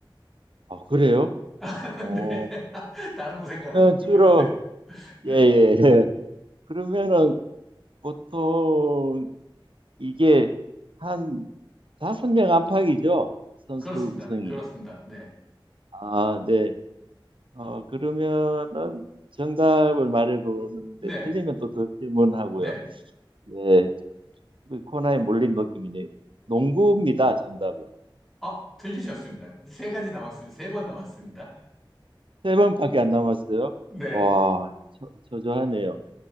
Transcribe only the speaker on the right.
아, 그래요?
어,
그러면 주로
예, 예, 예. 그러면은 보통 이게 한 다섯 명 안팎이죠? 선수
구성이.
아, 네. 어, 그러면은 정답을 말해보는데
틀리면 또 더 질문하고요.
네, 그 코너에 몰린 느낌이네. 농구입니다, 정답은.
세 번밖에 안 남았어요.
와, 저, 저조하네요.